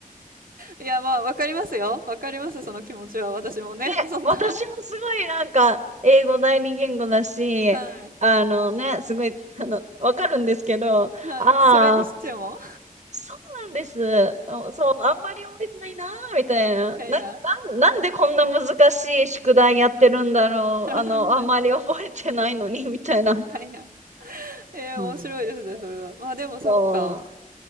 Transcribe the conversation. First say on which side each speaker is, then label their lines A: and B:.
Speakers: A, on the right; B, on the right.
A: い。いや、まあ、わかりますよ。わかります、その気持ちは。私もね。
B: で、
A: <laughs> そんな。
B: 私もすごいなんか、英語第二言語だし、
A: はい。
B: あのね、すごい、あの、わかるんですけど、ああ、
A: はい。それにしても。
B: そうなんです。あそう、あんまり覚えてないなー、みたいな。
A: たいな。
B: な、なん、なんでこんな難しい宿題やってるんだろう。
A: <laughs>
B: あの、あんまり覚えてないのに、みたいな。
A: はいな。え <laughs> え、
B: そうなんです。
A: 面白いですね、それは。まあ、でもそっか。
B: そう。